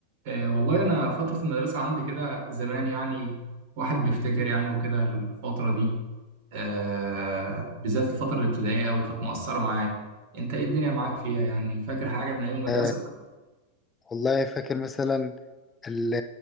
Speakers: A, on the right; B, on the left.
A: آه، والله أنا فترة المدرسة عندي كده زمان يعني واحد بيفتكر يعني وكده الفترة دي آه بالذات الفترة الابتدائية أوي كانت مؤثرة معايا أنت إيه الدنيا معاك فيها يعني فاكر حاجة من أيام المدرسة
B: آه والله فاكر مثلا اللي